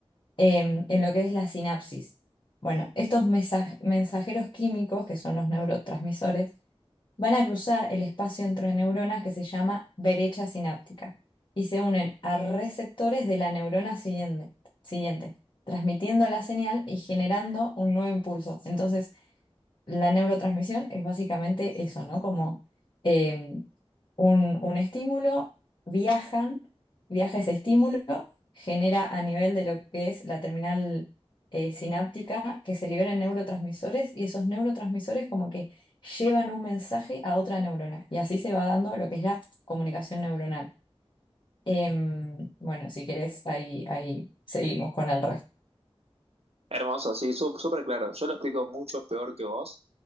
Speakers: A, on the left (about 50°); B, on the right (about 75°).
A: Em, en lo que es la sinapsis. Bueno, estos mesa- mensajeros químicos, que son los neurotransmisores, van a cruzar el espacio entre neuronas que se llama brecha sináptica y se unen a receptores de la neurona siguiente, siguiente, transmitiendo la señal y generando un nuevo impulso. Entonces, la neurotransmisión es básicamente eso, ¿no? Como eh, un, un estímulo, viajan, viaja ese estímulo, genera a nivel de lo que es la terminal eh, sináptica que se liberan neurotransmisores y esos neurotransmisores como que llevan un mensaje a otra neurona y así se va dando lo que es la comunicación neuronal. Em, bueno, si querés, ahí, ahí seguimos con el resto.
B: Hermoso, sí, sú- súper claro. Yo lo explico mucho peor que vos,